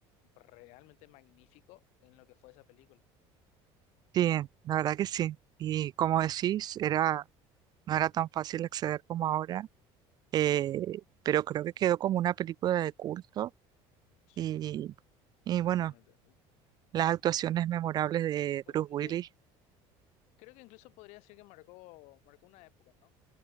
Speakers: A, on the left; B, on the right.
A: realmente magnífico en lo que fue esa película.
B: sí, la verdad que sí. Y como decís, era, no era tan fácil acceder como ahora eh, pero creo que quedó como una película de culto
A: Sí,
B: y,
A: totalmente,
B: y bueno,
A: totalmente.
B: las actuaciones memorables de
A: Po-
B: Bruce
A: de-
B: Willis,
A: creo que incluso podría decir que marcó, marcó una época, ¿no?